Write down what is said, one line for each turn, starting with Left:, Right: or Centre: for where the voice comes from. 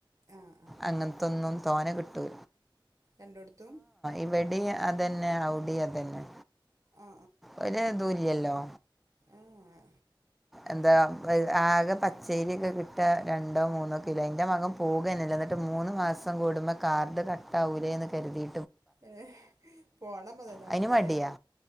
Right: ആ ആ
Centre: അങ്ങനത്തൊന്നും തോന കിട്ടു
Right: എൻ്റെടുത്തും
Centre: ഇവിടെ അതന്നെ, അവിടെ അതന്നെ,
Right: ആ
Centre: ഒരദൂല്ല്ലോ
Right: ആഹ്
Centre: എന്താ ആകെ പ <unintelligible> യൊക്കെ കിട്ടുക രണ്ടോ മൂന്നോ കിലോ. ൻ്റെ മകൻ പോകന്നില്ല എന്നിട്ട് മൂന്ന് മാസം കൂടുമ്പോ കാർഡ് ക <unintelligible> ന്ന് കരുതി
Right: ഏഹ് പോണമുതലാവണ്ടേര്,
Centre: അതിന് മടിയാ